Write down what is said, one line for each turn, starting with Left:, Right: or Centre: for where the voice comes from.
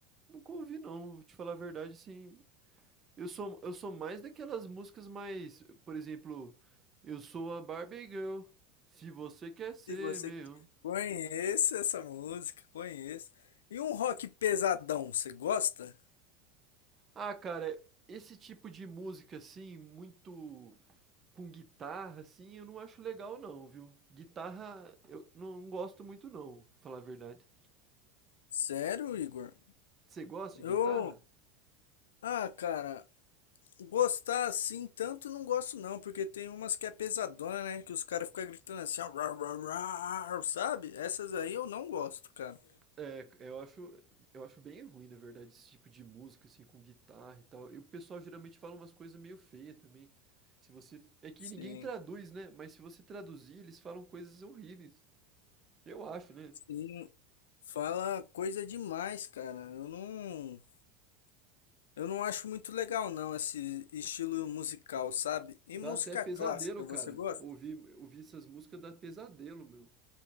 Right: nunca ouvi não, vou te falar a verdade assim. Eu sou eu sou mais daquelas músicas mais, por exemplo, eu sou a Barbie Girl, se você quer ser
Left: Se você
Right: meu.
Left: conhece essa música, conhece. E um rock pesadão, você gosta?
Right: Ah, cara, esse tipo de música assim, muito com guitarra assim, eu não acho legal não, viu? Guitarra eu não gosto muito não, pra falar a verdade.
Left: Sério, Igor?
Right: Você gosta de guitarra?
Left: Eu, ah, cara, gostar assim tanto não gosto não, porque tem umas que é pesadona, né? Que os caras ficam gritando assim, ó, "Rau, rau, rau", sabe? Essas aí eu não gosto, cara.
Right: É, eu acho, eu acho bem ruim, na verdade, esse tipo de música assim com guitarra e tal. E o pessoal geralmente fala umas coisas meio feias também. Se você, é que
Left: Sim,
Right: ninguém traduz, né? Mas se você traduzir, eles falam coisas horríveis. Eu acho, né?
Left: sim. Fala coisa demais, cara. Eu não, eu não acho muito legal não esse estilo musical, sabe? E
Right: Dá
Left: música
Right: até pesadelo,
Left: clássica,
Right: cara.
Left: você gosta?
Right: Ouvir, ouvir essas músicas dá pesadelo, meu.